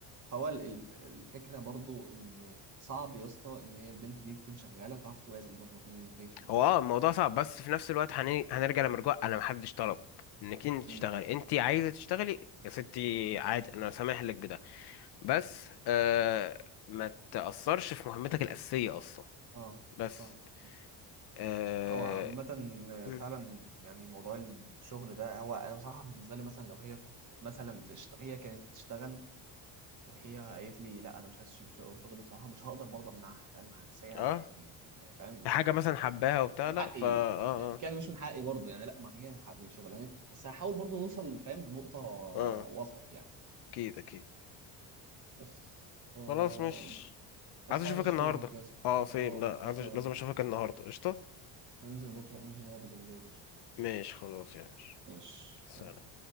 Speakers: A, on the right (about 40°); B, on the left (about 60°).
A: فهو ال- الف- الفكره برضو ان صعب يا اسطى ان هي البنت دي تكون شغاله وتعرف توازن برضو ما بين البيت وال
B: هو اه الموضوع صعب بس في نفس الوقت هن- هنرجع لمرجوع انا محدش طلب انك انت تشتغلي
A: امم
B: انت عايزه تشتغلي يا ستي عادي انا سامح لك بده بس آه ما تأثرش في مهمتك الأساسية اصلا
A: اه
B: بس
A: فاهم آه.
B: اه
A: هو عامة
B: مم.
A: فعلا يعني موضوع الشغل ده هو أنا بصراحة بالنسبة لي مثلا لو هي مثلا بتشت... هي كانت بتشتغل وهي قالت لي لا أنا مش عايز أسيب شغ- شغلي بصراحة مش هقدر برضه أمنعها فاهم هنسيها
B: اه
A: يعني ما هي فاهم
B: حاجة
A: يعني
B: مثلا حباها وبتاع
A: من
B: لا
A: حقي
B: فا اه
A: يعني
B: اه
A: كان مش من حقي برضه يعني لا ما هي حق- من شغلانتها بس هحاول برضه نوصل فاهم لنقطة
B: اه
A: وسط يعني
B: اكيد اكيد
A: بس آه...
B: خلاص مش
A: بس
B: عايز اشوفك
A: عايز أشوفك
B: النهارده
A: يا اسطى
B: اه سيم
A: أه
B: لا
A: لسه
B: عايز أش-
A: هقول.
B: لازم اشوفك النهارده قشطة
A: هننزل بكرة ننزل نقعد بالليل قشطة
B: ماشي خلاص يا باشا
A: ماشي
B: سلام